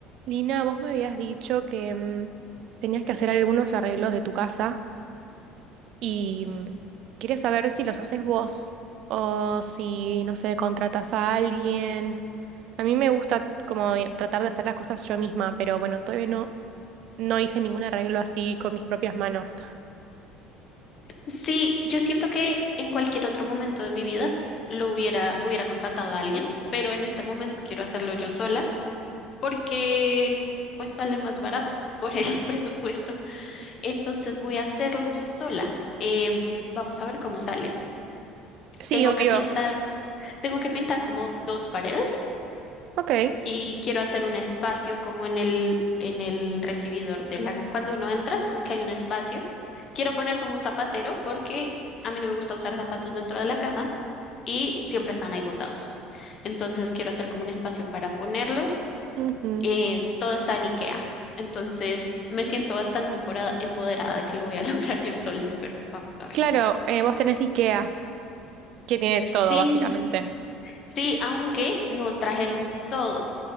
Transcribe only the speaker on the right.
Lina, vos me habías dicho que mm, tenías que hacer algunos arreglos de tu casa y mm, quería saber si los haces vos o si, no sé, contratas a alguien. A mí me gusta como tratar de hacer las cosas yo misma, pero bueno, todavía no, no hice ningún arreglo así con mis propias manos.
Sí,
obvio.
Ok.
Ujú, ujú.
Claro, eh, vos tenés IKEA, que tiene todo
básicamente.